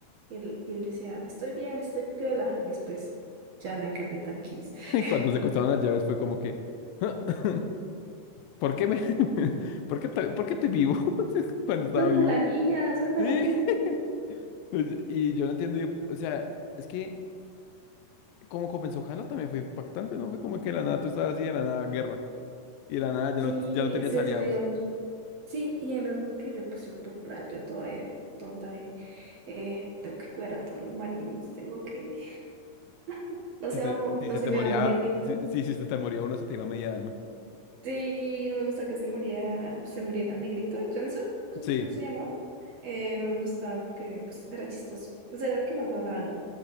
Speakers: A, on the right; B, on the left.
A: Y él, y él decía, estoy bien, estoy piola. Y después, ya no hay Capitán Kiss.
B: <laughs> Y
A: <laughs>
B: cuando se costaron las llaves fue como que, <laughs> ¿por qué me, <laughs> por qué, ta- por qué estoy vivo? <laughs> Cuando estaba
A: Suelta
B: vivo.
A: a la niña, suelta
B: Sí.
A: a la niña.
B: <laughs> Pues, y yo no entiendo, yo- o sea, es que como comenzó Halo también fue impactante, ¿no? Fue como que de la nada tú estabas así, de la nada guerra, y de la nada ya
A: Sí,
B: no, ya no tenías
A: es eso,
B: aliados.
A: digamos. Sí, y además porque yo, pues yo, por ahí, yo toda eh, tonta, eh, eh, tengo que cuidar a todos los maridos, tengo que, <laughs> no
B: Si,
A: se
B: te-
A: va- a-
B: si
A: no
B: se
A: se
B: te
A: me
B: moría,
A: va a morir ningún.
B: si, si, si se te moría uno, se te iba media alma.
A: Sí, no me gusta que se muriera, se muriera el negrito Johnson, ¿cómo
B: Sí,
A: se, cómo se llamaba? Eh, no me gustaba porque, pues, era chistoso. Pues era el que más hablaba, ¿no?